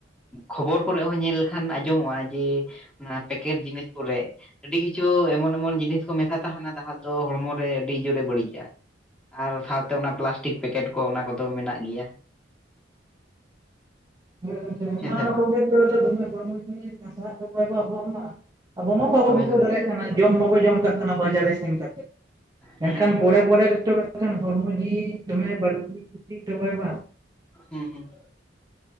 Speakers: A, in the centre; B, on the right.
A: ᱠᱷᱚᱵᱚᱨ ᱠᱚᱨᱮ ᱦᱚᱸ ᱧᱮᱞ ᱞᱮᱠᱷᱟᱱ ᱟᱸᱡᱚᱢᱚᱜᱼᱟ ᱡᱮ ᱚᱱᱟ ᱯᱮᱠᱮᱴ ᱡᱤᱱᱤᱥ ᱠᱚᱨᱮ ᱟᱹᱰᱤ ᱠᱤᱪᱷᱩ ᱮᱢᱚᱱ ᱮᱢᱚᱱ ᱡᱤᱱᱤᱥ ᱠᱚ ᱢᱮᱥᱟ ᱛᱟᱦᱮᱱᱟ ᱡᱟᱦᱟᱸ ᱫᱚ ᱦᱚᱲᱢᱚ ᱨᱮ ᱟᱹᱰᱤ ᱡᱳᱨᱮ ᱵᱟᱹᱲᱤᱡᱽᱼᱟ᱾ ᱟᱨ ᱥᱟᱶᱛᱮ ᱚᱱᱟ ᱯᱞᱟᱥᱴᱤᱠ ᱯᱮᱠᱮᱴ ᱠᱚ ᱚᱱᱟ ᱠᱚᱫᱚ ᱢᱮᱱᱟᱜ ᱜᱮᱭᱟ᱾
B: <unintelligible>
A: ᱦᱮᱸ ᱥᱮ ᱵᱟᱝ
B: ᱟᱵᱚ ᱢᱟ ᱵᱟᱵᱚ
A: ᱦᱳᱭ
B: ᱵᱩᱡᱷᱟᱹᱣ
A: ᱦᱳᱭ
B: ᱫᱟᱲᱮᱭᱟᱜ ᱠᱟᱱᱟ ᱡᱚᱢ ᱢᱟᱵᱚ ᱡᱚᱢ ᱠᱟᱜ ᱠᱟᱱᱟ ᱵᱟᱡᱟᱨ ᱨᱮ ᱥᱮᱱ ᱠᱟᱛᱮᱫ᱾ ᱢᱮᱱᱠᱷᱟᱱ
A: ᱦᱩᱸ ᱦᱩᱸ
B: ᱯᱚᱨᱮ ᱯᱚᱨᱮ ᱛᱮᱫᱚ ᱢᱮᱱᱠᱷᱟᱱ ᱦᱚᱲᱢᱚ ᱡᱤᱣᱤ ᱫᱚᱢᱮᱭ ᱵᱟᱲᱛᱤ ᱠᱷᱚᱛᱤᱭᱮᱫ ᱛᱟᱵᱚᱱᱟ ᱵᱟᱝ᱾
A: ᱦᱩᱸ᱾